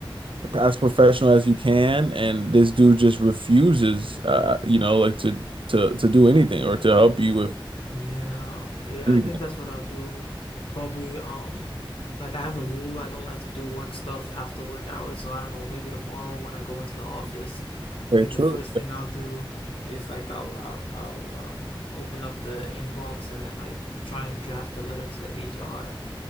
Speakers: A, on the right; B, on the left.
A: as professional as you can, and this dude just refuses, uh, you know, like to to to do anything or to help you with
B: Yeah, yeah,
A: anything.
B: I think that's what I'll do. Probably, um, like I have a rule, I don't like to do work stuff after work hours, so I don't know, maybe tomorrow when I go into the office, I
A: Very
B: think
A: true.
B: the first thing I'll do is like I'll I'll, I'll um open up the inbox and then like try and draft a letter to the HR.